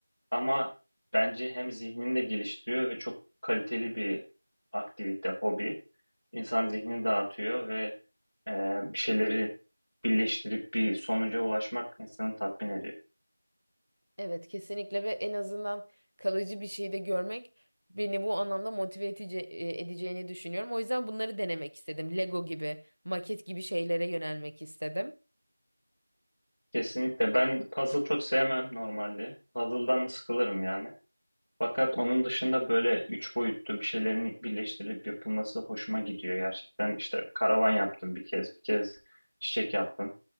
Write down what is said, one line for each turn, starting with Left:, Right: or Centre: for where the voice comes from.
Left: Ama bence hem zihnini de geliştiriyor ve çok kaliteli bir aktivite, hobi. İnsan zihnini dağıtıyor ve e, bir şeyleri birleştirip bir sonuca ulaşmak insanı tatmin ediyor.
Right: Evet kesinlikle ve en azından kalıcı bir şey de görmek beni bu anlamda motive edici, e, edeceğini düşünüyorum. O yüzden bunları denemek istedim. Lego gibi, maket gibi şeylere yönelmek istedim.
Left: Kesinlikle. Ben puzzle çok sevmem normalde. Puzzle'dan da sıkılırım yani. Fakat onun dışında böyle üç boyutlu bir şeylerin birleştirilip yapılması hoşuma gidiyor gerçekten. İşte karavan yaptım bir kez, bir kez çiçek yaptım.